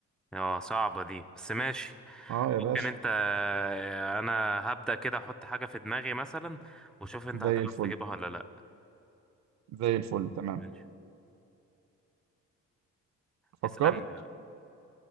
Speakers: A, in the centre; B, on the right.
A: اه صعبة دي بس ماشي
B: اه يا
A: ممكن
B: باشا
A: انت آه، انا هبدأ كده احط حاجة في دماغي مثلا وشوف انت
B: زي
A: هتعرف
B: الفل
A: تجيبها ولا لا
B: زي الفل تمام
A: ماشي
B: فكرت
A: اسألني بقى